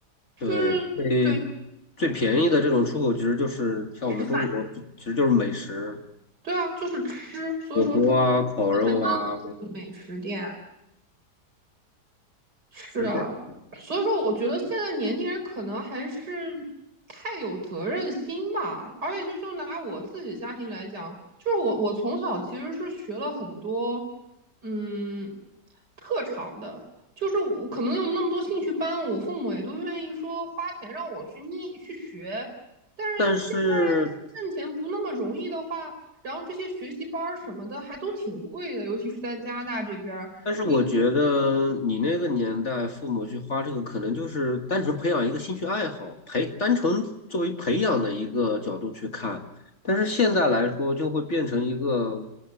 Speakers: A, on the left; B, on the right.
A: 对，
B: 就是对
A: 最最便宜的这种出口，其实就是像我们中国，
B: 吃饭，
A: 就其实就是美食、
B: 对啊，就是吃，所以说中国才那么多的美食店，
A: 火锅啊、烤肉啊，
B: 是啊，
A: 是这样。
B: 所以说我觉得现在年轻人可能还是太有责任心吧，而且就是拿我自己家庭来讲，就是我我从小其实是学了很多，嗯，特长的，就是我可能有那么多兴趣班，我父母也都愿意说花钱让我去念去学，但是现在挣钱不那么容易的话，
A: 但是
B: 然后这些学习班儿什么的还都挺贵的，尤其是在加拿大这边儿你
A: 但是我觉得你那个年代，父母去花这个，可能就是单纯培养一个兴趣爱好，培单纯作为培养的一个角度去看。但是现在来说，就会变成一个